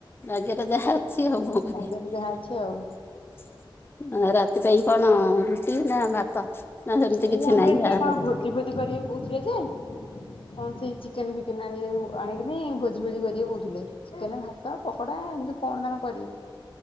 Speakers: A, on the left (about 25°); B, on the left (about 80°).
A: ଭାଗ୍ୟରେ ଯାହା ଅଛି ଆଉ କଣ କରିବା।
B: ଭାଗ୍ୟରେ ଯାହା ଅଛି ଆଉ
A: ରାତି ପାଇଁ କଣ ରୁଟି ନା ଭାତ? ନା ସେମିତି
B: ଏଇ
A: କିଛି
B: ଆମର
A: ନାହିଁ
B: ଏଠି
A: ଯାହା
B: କଣ
A: ହବ
B: ଭୋଜି ଫୋଜି କରିବେ କହୁଥିଲେ ଯେ। କଣ ସେଇ ଚିକେନ୍ ଫିକେନ୍ ଆଣିବେ ଆଣିବେନି ଭୋଜି ଫୋଜି କରେ କହୁଥିଲେ ଚିକେନ, ଭାତ, ପକୋଡା। ହଁ ଏମିତି କଣ ଦାନ କରିବି?